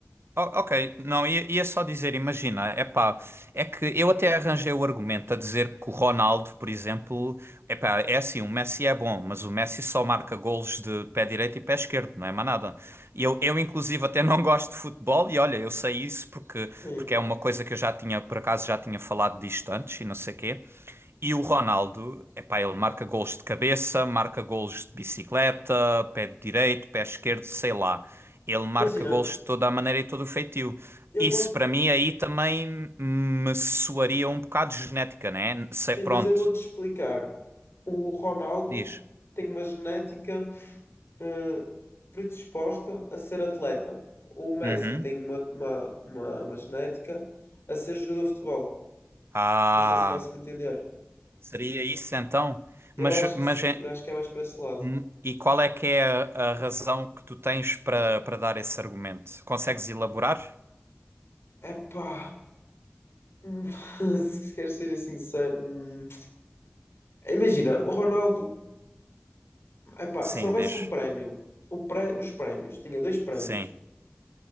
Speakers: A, on the right; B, on the left.
A: O- Ok, não, ia, ia só dizer, imagina, é pá, é que eu até arranjei o argumento a dizer que o Ronaldo, por exemplo, é pá, é assim, o Messi é bom, mas o Messi só marca golos de pé direito e pé esquerdo, não é mais nada. E Eu, eu inclusive até não <laughs> gosto de futebol e olha, eu sei isso porque,
B: Sim.
A: porque é uma coisa que eu já tinha, por acaso já tinha falado disto antes e não sei quê. E o Ronaldo, epá, ele marca gols de cabeça, marca gols de bicicleta, pé direito, pé esquerdo, sei lá. Ele marca
B: Imagina,
A: gols de toda a maneira e todo o feitio.
B: eu
A: Isso
B: posso
A: para mim aí também me soaria um bocado genética, né? Sei,
B: Sim,
A: pronto,
B: mas eu vou-te explicar. O Ronaldo
A: diz.
B: tem uma genética eh, predisposta a ser atleta. O Messi
A: Uhum.
B: tem uma, uma, uma, uma genética a ser jogador de futebol.
A: Ah,
B: Não sei se faço-me entender.
A: seria isso então?
B: Eu
A: Mas,
B: acho
A: mas
B: que sim,
A: é-
B: eu acho que é mais para esse lado.
A: hum, e qual é que é a, a razão que tu tens para para dar esse argumento? Consegues elaborar?
B: Epá, hum, <laughs> se quer ser sincero, hum, imagina, o Ronaldo, epá,
A: Sim,
B: se houvesse
A: diz.
B: um prémio, o pré- os prémios, tinha dois prémios,
A: Sim,